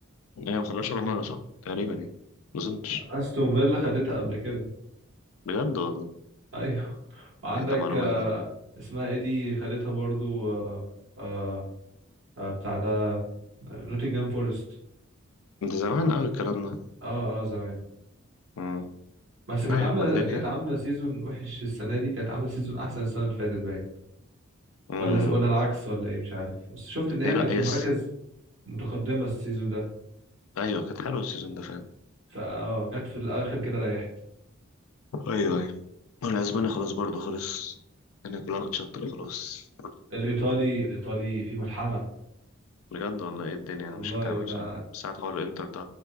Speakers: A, on the left (about 85°); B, on the right (about 65°).
A: هي ما خدهاش ولا مرة صح؟ تقريبا يعني ما أظنش
B: استون فيلا خدتها قبل كده
A: بجد والله
B: <laughs> ايوه وعندك
A: إيه ده معلومة
B: آه،
A: جديدة يعني
B: اسمها ايه دي خدتها برضو آه، آه، آه، بتاع ده نوتنجهام فورست
A: أنت زمان أوي الكلام ده
B: اه اه زمان
A: مم.
B: بس
A: لا
B: كانت عامله
A: يا عم الدنيا
B: كانت عامله سيزون وحش السنه دي كانت عامله سيزون احسن السنه اللي فاتت باين
A: مم.
B: ولا ولا العكس ولا ايه مش عارف بس شفت ان هي
A: إيه
B: كانت
A: لا
B: في
A: يس
B: مراكز متقدمه السيزون ده
A: أيوة كانت حلوة السيزون ده فعلا
B: فاه جت في الاخر كده ريحت
A: أيوة أيوة والأسباني خلاص برضه خلص الدنيا كلها بتشطر خلاص
B: الايطالي الايطالي في ملحمه
A: بجد والله إيه الدنيا
B: والله
A: أنا مش متابع
B: ده
A: بصراحة بس ساعة حوار الإنتر ده